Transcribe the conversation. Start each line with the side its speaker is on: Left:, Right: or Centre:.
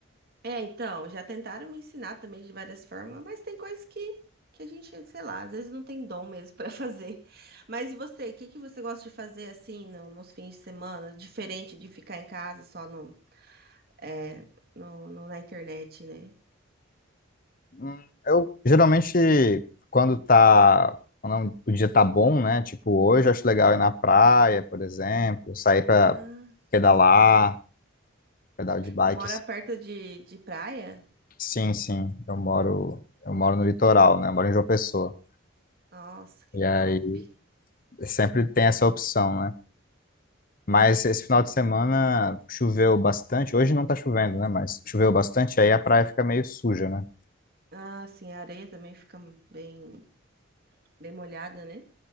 Right: É, então, já tentaram me ensinar também de várias formas, mas tem coisas que, que a gente, sei lá, às vezes não tem dom mesmo <laughs> para fazer. Mas e você, o que que você gosta de fazer assim no- nos fins de semana, diferente de ficar em casa só no, é, no, no- na internet, né?
Left: Hum, Eu geralmente, quando tá. Quando o dia tá bom, né? Tipo, hoje eu acho legal ir na praia, por exemplo, sair pra
Right: Ah,
Left: pedalar, pedal de bike,
Right: tu mora perto de, de praia?
Left: Sim, sim. Eu moro, eu moro no litoral, né? Eu moro em João Pessoa.
Right: Nossa, que
Left: E
Right: top.
Left: aí sempre tem essa opção, né? Mas esse final de semana choveu bastante. Hoje não tá chovendo, né? Mas choveu bastante, aí a praia fica meio suja, né?
Right: Ah, sim, a areia também fica bem, bem molhada, né?